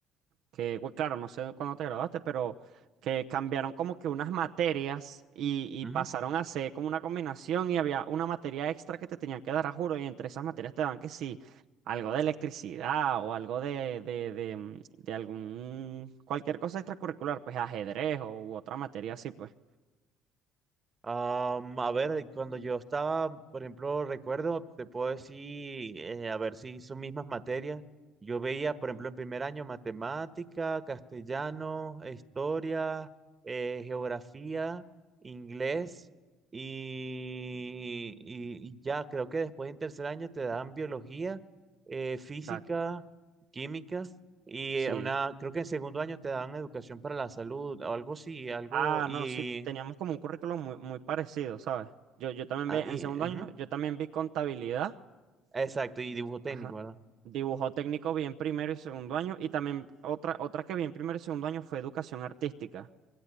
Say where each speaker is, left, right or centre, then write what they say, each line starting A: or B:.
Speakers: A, on the right; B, on the right.
A: que, bueno, claro, no sé cuándo te graduaste, pero que cambiaron como que unas materias y, y
B: ujú.
A: pasaron a ser como una combinación y había una materia extra que te tenían que dar a juro y entre esas materias te daban que sí, algo de electricidad o algo de, de, de, mm, de algún, cualquier cosa extracurricular, pues ajedrez o u otra materia así, pues.
B: Am, a ver, eh, cuando yo estaba, por ejemplo, recuerdo, te puedo decir, eh, a ver si son mismas materias. Yo veía, por ejemplo, en primer año matemática, castellano, historia, eh, geografía, inglés y, y- y ya, creo que después en tercer año te dan biología, eh, física,
A: Exacto.
B: química y
A: Sí.
B: eh, una, creo que en segundo año te dan educación para la salud o algo así, algo
A: Ah,
B: y...
A: no, sí, teníamos como un currículum muy, muy parecido, ¿sabes? Yo, yo también
B: ah,
A: vi,
B: y
A: en segundo año,
B: ujú.
A: yo también vi contabilidad.
B: Exacto, y dibujo técnico,
A: Ajá.
B: ¿verdad?
A: Dibujo técnico bien primero y segundo año. Y también otra, otra que vi en primero y segundo año fue educación artística.